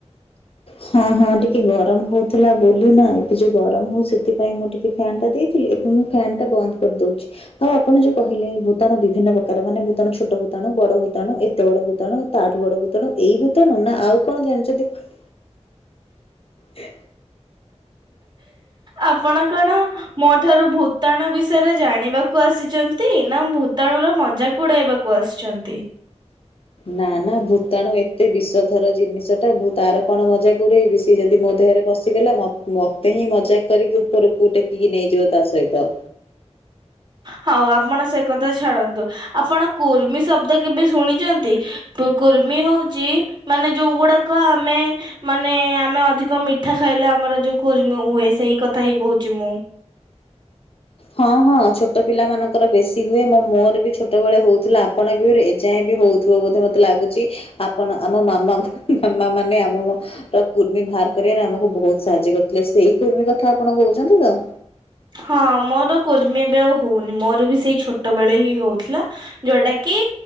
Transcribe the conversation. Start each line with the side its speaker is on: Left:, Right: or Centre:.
Left: ହଁ ହଁ ଟିକେ ଗରମ ହୋଉଥିଲା ବୋଲି ନା ଏବେ ଯୋଉ ଗରମ ହଉ ସେଥିପାଇଁ ମୁଁ ଟିକେ ସେ ଫ୍ୟନ୍ ଟା ଦେଇଥିଲେ ଏବେ ମୁଁ ଫ୍ୟାନ୍ ଟା ବନ୍ଦ କରିଦଉଛି। ହୋଉ ଆପଣ ଯୋଉ କହିଲେ ଭୂତାଣ ବିଭିନ୍ନ ପ୍ରକାର ମାନେ ଭୂତାଣୁ ଛୋଟ ଭୂତାଣୁ, ବଡ଼ ଭୂତାଣୁ, ଏତେ ବଡ଼ ଭୂତାଣୁ ତାଠୁ ବଡ଼ ଭୂତାଣୁ ଏଇ ଭୂତାଣୁ ନା ଆଉ କଣ ଜାଣିଛନ୍ତି କହିବେ? ହିଁ
Right: ଆପଣ କଣ ମୋ ଠାରୁ ଭୂତାଣୁ ବିଷୟରେ ଜାଣିବାକୁ ଆସିଛନ୍ତି ନା ଭୂତାଣୁ ର ମଜାକ୍ ଉଡ଼ାଇବାକୁ ଆସିଛନ୍ତି?
Left: ନା ନା ଭୂତାଣୁ ଏତେ ବିଷଥର ଜିନିଷ ଟା ମୁ ତାର କଣ ମଜାକ୍ ଉଡ଼େଇବି ସେ ଯଦି ମୋ ଦେହରେ ବସିଗଲା ମତ୍ ମତେ ହିଁ ମଜା କରିକି ଉପରକୁ ଟେକିକି ନେଇଯିବ ତା ସହିତ।
Right: ହୋଉ ଆପଣ ସେ କଥା ଛାଡ଼ନ୍ତୁ। ଆପଣ କୁର୍ମି ଶବ୍ଦ କେବେ ଶୁଣିଛନ୍ତି? କୁର୍ମି ହୋଉଛି ମାନେ ଯୋଉ ଗୁଡ଼ାକ ଆମେ ମାନେ ଆମେ ଅଧିକ ମିଠା ଖାଇଲେ ଆମର ଯୋଉ କୁର୍ମୀ ହୁଏ ସେଇ କଥା ହିଁ କହୁଛି ମୁଁ।
Left: ହଁ ହଁ ଛୋଟ ପିଲାମାନାନଙ୍କର ବେଶୀ ହୁଏ। ମୋ ମୋର ବି ଛୋଟବେଳେ ହୋଉଥିଲା ଆପଣଙ୍କ ଭିଉରେ ଏଯାଏଁ ବି ହଉଥିବ ବୋଧେ ମୋତେ ଲାଗୁଚି। ଆପଣ ଆମ ମାମା ମାମା ମାନେ ଆମ ତ କୁର୍ମୀ ବାହାର କରିବାରେ ଆମକୁ ବହୁତ ସାହାଯ୍ୟ କରିୁଥିଲେ ସେଇ କୁର୍ମୀ କଥା ଆପଣ କହୁଛନ୍ତି ତ।
Right: ହଁ ମୋର କୁର୍ମୀ ଏବେ ଆଉ ହଉନି ମୋର ବି ସେଇ ଛୋଟ ବେଳେ ହିଁ ହଉଥିଲା। ଯୋଉଟା କି